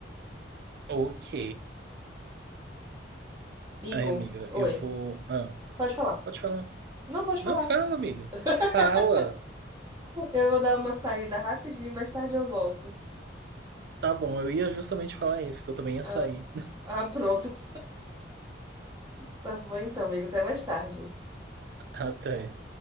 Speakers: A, on the right; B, on the right.
A: Ok.
B: <laughs> Amigo,
A: Ai, amiga,
B: oi.
A: eu vou. ah.
B: Pode falar.
A: Pode falar.
B: Não, pode falar.
A: Não, fala, amiga.
B: <laughs>
A: Fala.
B: Eu vou dar uma saída rapidinho, mais tarde eu volto.
A: Tá bom, eu ia justamente falar isso, que eu também ia
B: Ah,
A: sair
B: ah, pronto. Tá bom então, amigo. Até mais tarde.
A: <laughs> até.